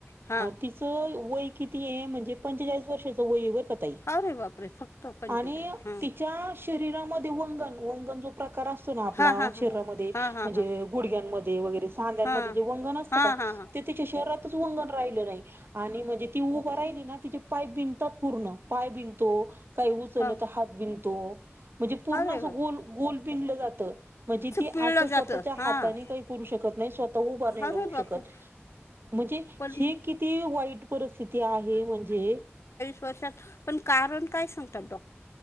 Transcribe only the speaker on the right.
तिच वय कितीय म्हणजे पंचेचाळीस वर्षाच वय बर का ताई
आणि तिच्या शरीरामध्ये वंगन वंगन जो प्र कार असतो ना आप
शरीरा मध्ये,
म्हणजे
गुडघ्यांमध्ये वगैरे सांद्यांमध्ये
जे वंगन असत
का?
ते तिच्या शरीरात वंगण राहिलं नाही आणि म्हणजे ती उभं राहिली ना तिचे पाय बीगंतात पूर्ण, पाय बीगंतो. काही उचल
तर हात बिगतो म्हणजे पूर्ण
असं
गोल गोल बिणलं जातं. म्हणजे ती
असं स्वतःच्या
हाताने काही करू शकत नाही, स्वतः उभं नाही
राहू
शकत. म्हणजे
हे किती वाईट परस्थिती आहे म्हणजे